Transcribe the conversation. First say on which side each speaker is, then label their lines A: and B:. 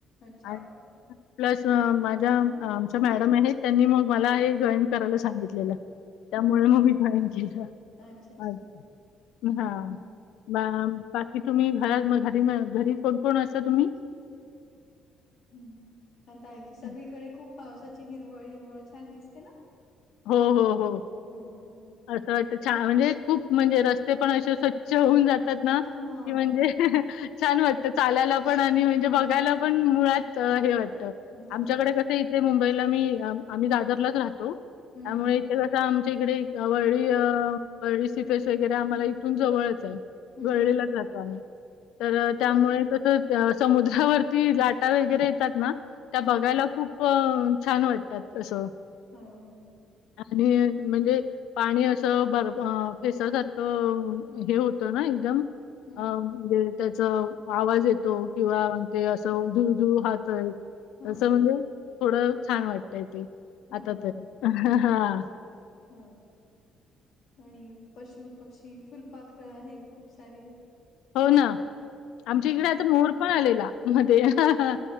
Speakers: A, on the left; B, on the left.
A: अच्छा.
B: अ <inaudible> प्लस माझ्या आमच्या मॅडम आहेत त्यांनी मग मला हे जॉईन करायला सांगितलेल. त्यामुळे
A: हो.
B: मग मी जॉईन केल
A: अच्छा, अच्छा.
B: अ.. हा..
A: हम्म.
B: बा.. बाकी तुम्ही घरात घरी घरी कोण कोण अस तुम्ही?
A: हम्. आता ऐक सगळीकडे
B: हं.
A: खूप पावसाची हिरवळ हिरवळ छान दिसते ना.
B: हो.. हो.. हो..
A: हो.
B: असं छान म्हणजे खूप म्हणजे रस्ते पण असे स्वच्छ होऊन जातात ना की
A: हां.
B: म्हणजे ह्.. छान वाटत चालायला पण आणि म्हणजे बघायला पण मुळात हे वाटत.
A: हो.
B: आमच्याकडे कस इथे मुंबईला मी आम्ही दादरलाच राहतो त्यामुळे
A: हम्म, हम्म.
B: ते कस आमच्या इकडे वरळी -वरळी सिफेस वगैरे आम्हाला इथून जवळच आहे.
A: हम्म,
B: वरळी
A: हम्म.
B: लाच जातो आम्ही, तर त्यामुळे
A: अच्छा.
B: तस समुद्रावरती लाटा वगैरे येतात ना त्या
A: हां,
B: बघायला
A: हां.
B: खूप ह्.. छान वाटतात अस
A: हृ.. ह्..
B: आणि.. म्हणजे.. पाणी अस बर फेसा.. सारख.. हे होत ना एकदम
A: हम्म,
B: ह..
A: हम्म.
B: दे त्याच आवाज येतो किंवा ते असं उधु उधूळ वाहतय
A: हां,
B: तस म्हणजे
A: हां.
B: थोड छान वाटतय ते
A: हो
B: आता तरी हा..
A: हा.. आणि पशु, पक्षी, फुलपाखर आहेत खूप सारे
B: हो ना, आमच्या
A: हम्म.
B: इकडे आता मोर पण आलेला मध्ये ह्..